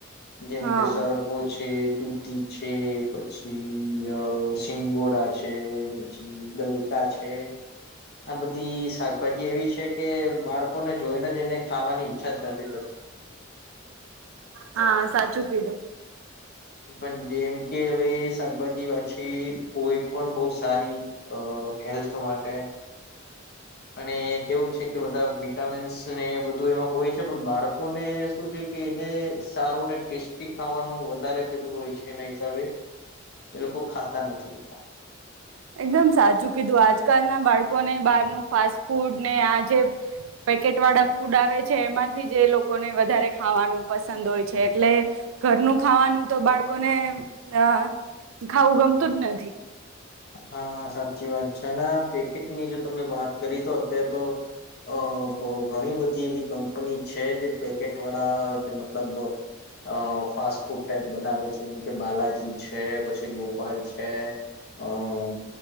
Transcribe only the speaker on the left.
જેમ
કે સરગવો છે. દૂધી છે, પછી અ સિંગોડા છે, પછી ગલકા એ આ બધી શાકભાજી એવી છે કે બાળકોને જોઈને જ એને ખાવાની ઈચ્છા જ નથી થતી <inaudible>
પણ જેમ કે હવે શાકભાજી પાછી કોઈ પણ બોવ સારી અ હેલ્થ માટે અને કેવું છે કે બધા વિટામીન્સ ને બધું એમાં હોય છે પણ બાળકોને શું છે કે એને સારું ને ટેસ્ટી ખાવાનું વધારે પેલું હોય છે એના હિસાબે એ લોકો ખાતા નથી હોતા
હા સાચી વાત છે અને પેકેટની જો તમે વાત કરી તો અત્યારે તો અ ઘણી બધી એવી કંપની છે જે પેકેટ વાળા મતલબ અ ફાસ્ટ ફૂડ ટાઈપ બનાવે છે જેમ કે બાલાજી છે પછી ગોપાલ છે અ